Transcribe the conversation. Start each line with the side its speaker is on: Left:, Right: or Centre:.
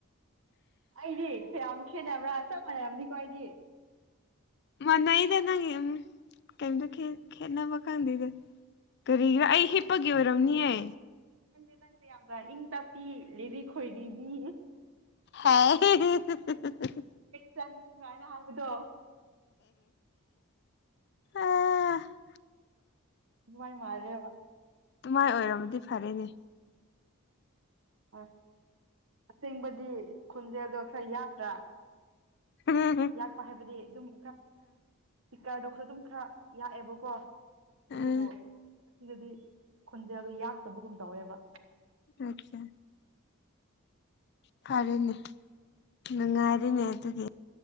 Right: ꯑꯩꯗꯤ ꯌꯥꯝ ꯈꯦꯠꯅꯕ꯭ꯔꯥ ꯆꯞ ꯃꯥꯟꯅꯔꯝꯅꯤꯀꯣ ꯑꯩꯗꯤ
Left: ꯃꯥꯟꯅꯩꯗ ꯅꯪ ꯀꯩꯇ ꯈꯦꯠꯅꯕ ꯈꯪꯗꯦꯗ ꯀꯔꯤꯒꯤꯔꯥ ꯑꯩ ꯍꯤꯞꯄꯒꯤ ꯑꯣꯏꯔꯝꯅꯤꯌꯦꯦ
Right: ꯈꯪꯗꯦ ꯅꯪꯗꯦ ꯌꯥꯝꯅ ꯏꯪ ꯇꯞꯄꯤ ꯂꯤꯔꯤ ꯈꯣꯏꯔꯤꯕꯤ
Left: ꯍ <inaudible> <unintelligible>
Right: ꯆꯥꯅꯨ ꯀꯥꯏꯅ ꯍꯥꯏꯕꯗꯣ
Left: ꯑꯗꯨꯃꯥꯏ
Right: ꯑꯗꯨꯃꯥꯏ ꯃꯥꯜꯂꯦꯕ
Left: ꯑꯗꯨꯃꯥꯏ ꯑꯣꯏꯔꯝꯃꯗꯤ ꯐꯔꯦꯅꯦ
Right: ꯍꯣꯏ ꯑꯁꯦꯡꯕꯗꯤ ꯈꯣꯟꯖꯦꯜꯗꯣ ꯈꯔ ꯌꯥꯄ꯭ꯔꯥ
Left: ꯎꯝ
Right: ꯌꯥꯛꯄ ꯍꯥꯏꯕꯗꯤ ꯑꯗꯨꯝ ꯏꯀꯥꯔꯣꯛꯈꯔꯗꯨꯝ ꯈꯔ ꯌꯥꯛꯑꯦꯕꯀꯣ
Left: ꯎꯝ
Right: ꯑꯗꯨꯕꯨ ꯑꯁꯤꯒꯗꯤ ꯈꯨꯟꯁꯦ ꯑꯗꯨꯗꯣ ꯌꯥꯛꯇꯕꯒꯨꯝ ꯇꯧꯋꯦꯕ
Left: ꯑꯆꯥ ꯐꯔꯦꯅꯦ ꯅꯨꯡꯉꯥꯏꯔꯤꯅꯦ ꯑꯗꯨꯒꯤ